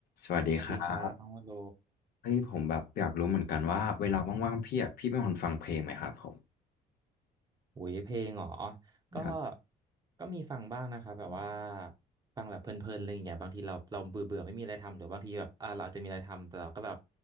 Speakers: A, on the left (about 65°); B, on the right (about 25°).
A: สวัสดีครับ
B: สวัสดีครับน้องวโล
A: เฮ้ยผมแบบอยากรู้เหมือนกันว่าเวลาว่างๆพี่อ่ะพี่เป็นคนฟังเพลงไหมครับผม
B: หุยเพลงเหรอก็
A: ครับ
B: ก็มีฟังบ้างนะครับแบบว่าฟังแบบเพลินๆอะไรอย่างเงี้ยบางทีเราเราเบื่อเบื่อไม่มีอะไรทำหรือบางทีแบบอ่าเราอาจจะมีอะไรทำ แต่เราก็แบบ